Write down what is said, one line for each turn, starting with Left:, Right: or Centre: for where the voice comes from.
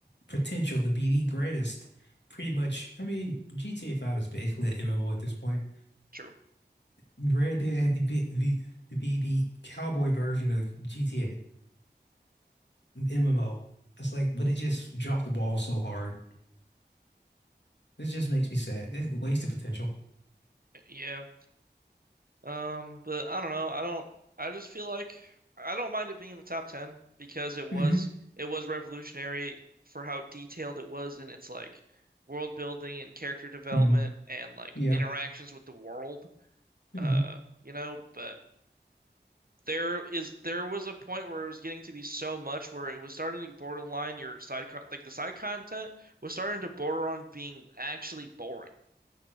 Left: potential to be the greatest pretty much I mean GTA 5 is basically an MMO at this point
Right: true.
Left: Red Dead had to be the to be the cowboy version of GTA MMO it's like but it just dropped the ball so hard it just makes me sad it wasted potential
Right: Yeah. Um, but I don't know. I don't I just feel like I don't mind it being in the top 10 because it was
Left: hmm
Right: it was revolutionary for how detailed it was in its like world building and character development
Left: hmm
Right: and like
Left: yeah
Right: interactions with the world.
Left: Mhm.
Right: Uh, you know, but there is there was a point where it was getting to be so much where it was starting to get borderline your side con like the side content was starting to border on being actually boring.